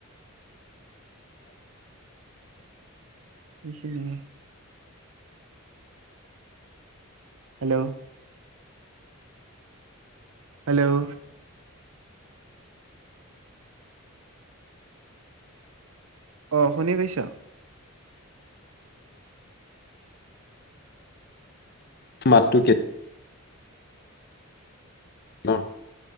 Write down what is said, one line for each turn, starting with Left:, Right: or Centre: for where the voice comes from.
Right: এইখিনিয়েই। হেল্ল'। হেল্ল' অ শুনি পাইছ।
Left: স মাতটো কে। ন।